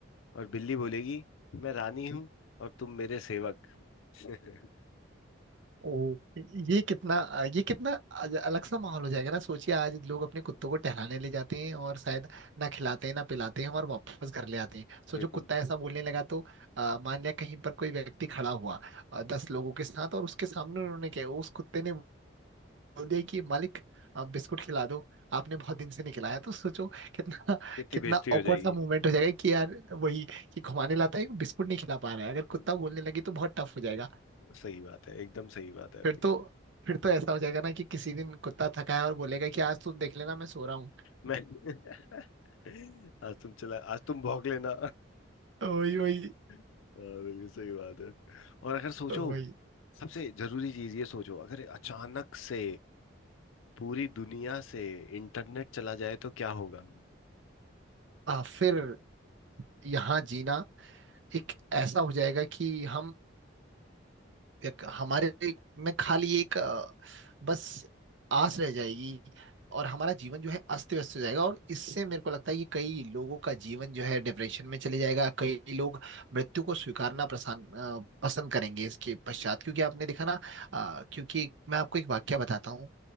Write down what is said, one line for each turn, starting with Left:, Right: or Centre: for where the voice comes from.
Left: और बिल्ली बोलेगी मैं रानी हूँ और तुम मेरे सेवक <laughs>
Right: ओ ये कितना ये कितना अज- अलग सा माहौल हो जाएगा ना सोचिए आज लोग अपने कुत्तों को टहलाने ले जाते हैं और शायद ना खिलाते हैं ना पिलाते हैं और वापस घर ले आते हैं सो
Left: बिल्कुल
Right: जो कुत्ता ऐसा बोलने लगा तो अ, मान लिया कहीं पर कोई व्यक्ति खड़ा हुआ अ, दस लोगों के साथ और उसके सामने उन्होंने क्या उस कुत्ते ने बोल दिया कि मालिक अ, बिस्कुट खिला दो आपने बहुत दिन से नहीं खिलाया तो सोचो कितना
Left: कितनी
Right: कितना
Left: बेइज्जती हो
Right: awkward
Left: जाएगी
Right: सा मोमेंट हो जाएगा कि यार वही कि घुमाने लाता है बिस्कुट नहीं खिला पा रहा है अगर कुत्ता
Left: हम्म,
Right: बोलने लगे तो बहुत टफ हो जाएगा
Left: सही बात है एकदम सही बात है आपकी
Right: फिर तो फिर तो ऐसा हो जाएगा ना कि किसी दिन कुत्ता थका है और बोलेगा कि आज तुम देख लेना मैं सो रहा हूँ
Left: मैं <laughs> आज तुम चला आज तुम भौंक लेना
Right: वही वही
Left: हाँ, बिल्कुल सही बात है और अगर सोचो
Right: वही
Left: सबसे जरूरी चीज ये सोचो अगर अचानक से पूरी दुनिया से इंटरनेट चला जाए तो क्या होगा
Right: आ, फिर यहाँ जीना एक ऐसा हो जाएगा कि हम एक हमारे में खाली एक अ, बस आस रह जाएगी और हमारा जीवन जो है अस्त व्यस्त हो जाएगा और इससे मेरे को लगता है कि कई लोगों का जीवन जो है डिप्रेशन में चले जाएगा कई लोग मृत्यु को स्वीकारना पसंद पसंद करेंगे इसके पश्चात क्योंकि आपने देखा ना अ, क्योंकि मैं आपको एक वाक्य बताता हूँ